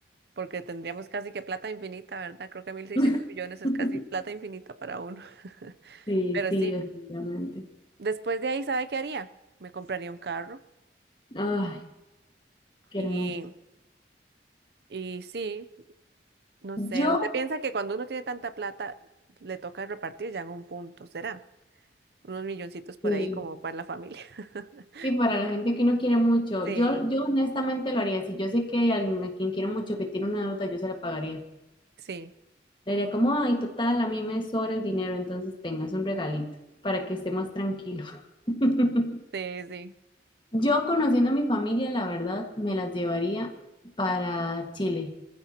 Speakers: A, on the right (about 65°); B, on the left (about 30°).
A: porque tendríamos casi que plata infinita, ¿verdad? Creo que 1.600
B: <laughs>
A: millones es casi plata infinita para uno. <laughs>
B: Sí,
A: Pero
B: sí,
A: sí,
B: definitivamente.
A: después de ahí, ¿sabe qué haría? Me compraría un carro
B: Ay, qué
A: Y,
B: hermoso.
A: y sí, no
B: Yo,
A: sé, usted piensa que cuando uno tiene tanta plata, le toca repartir ya en un punto, ¿será? Unos milloncitos por
B: sí,
A: ahí como para la familia. <laughs>
B: sí, para la gente que no quiere mucho,
A: Sí,
B: yo, yo honestamente lo haría. Si yo sé que hay alguien a quien quiero mucho que tiene una deuda, yo se la pagaría.
A: sí,
B: Le diría como, ay, total, a mí me sobra el dinero, entonces tengas un regalito para que esté más tranquilo. <laughs>
A: sí, sí.
B: Yo conociendo a mi familia, la verdad, me las llevaría para Chile,